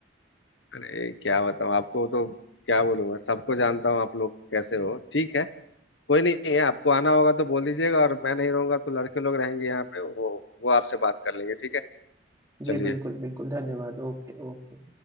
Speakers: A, on the left; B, on the right.
A: अरे क्या बताऊं आपको तो क्या बोलूं मैं सबको जानता हूँ आप लोग कैसे हो ठीक है कोई नहीं है आपको आना होगा तो बोल दीजिएगा और मैं नहीं रहूंगा तो लड़के लोग रहेंगे यहाँ पे वो वो आपसे बात कर लेंगे ठीक है
B: जी
A: चलिए
B: बिल्कुल बिल्कुल धन्यवाद ओके ओके